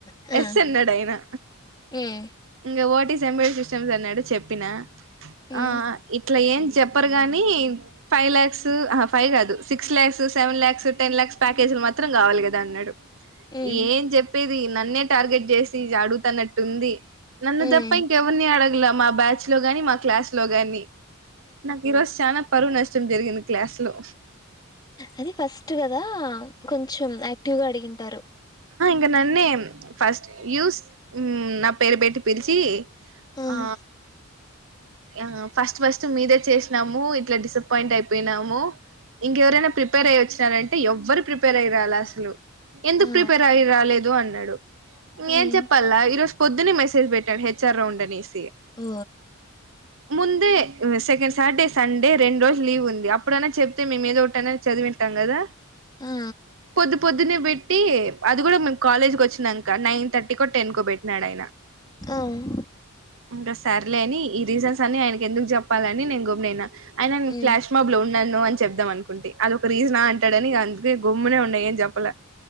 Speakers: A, on the left (about 20°); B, on the right (about 65°).
A: ఆ
B: ఎస్ అన్నడ అయినా
A: ఉమ్
B: ఇం ఓటి సెంబల్ సిస్టమ్స్ అన్నాడు చెప్పిన
A: ఉమ్
B: ఆ ఇట్లా ఏం చెప్పరు గాని ఫైవ్ లాక్స్ ఫైవ్ కాదు six lakhs seven lakhs ten lakhs ప్యాకేజ్లు మాత్రం కావాలి కదా అన్నాడు
A: ఉమ్
B: ఏం చెప్పేది నన్నే టార్గెట్ చేసి అడుగుతానట్టు ఉంది నన్న
A: ఉమ్
B: దప్ప ఇంక ఎవర్ని ఆడ మా బ్యాచ్ లో గాని మా క్లాస్ లో గాని నాక్ ఇరోజ చానా పరువు నష్టం జరిగింది క్లాస్లో
A: అది ఫస్ట్ కదా కొంచెం తగాడి ఇంటారు
B: ఇక నన్నే ఫస్ట్ యూస్ నా పేరు పెట్టి పిలిచి
A: ఉమ్
B: ఆ ఆ ఫస్ట్ ఫస్ట్ మీదే చేసినాము ఇట్లా డిసప్పయింట్ అయిపోయినాము ఇం ఎవరైనా ప్రిపేర్ అయ్యచ్చు ంటే ఎవ్వరు ప్రిపేర్ అయిరాలా అసలు ఎందుకు
A: ఆ
B: ప్రిపేర్ అయ్యి రా లేదు అంత డు ఇ
A: ఉమ్
B: ఏం చెప్పల్ ఇరోజు పొద్న్న మెసజ పెట్టం హెచ్ఆర్ రౌండ్ అనేసి
A: ఓ
B: ముందే సెకండ్ సాటర్డే సండే రెండు రోజులు లీవ్ ఉంది అప్పుడైనా చెప్తే మేము ఏదో ఒకటి చదివింటాం కదా
A: ఆ
B: పొద్దు పొద్దునే వే పెట్టి అది కూడా మేము కాలేజ్ కు వచ్చినాంక నైన్ థర్టీ కు టెన్ కు పెట్టి న్నాడయిన
A: ఆ ఉమ్
B: ఇంకా సర్లేని ఈ రీజన్స్ అన్ని ఆయన ఎందుకు చెప్పాలని నేను గమ్మున ఆయన
A: ఉమ్
B: ఫ్లాష్ మా బ లో నన్ను అని చెప్పుదాం అను అది ఒక రీజన్ అంటాడని అ గమ్మునే ఉన్న ఏం జప్పలే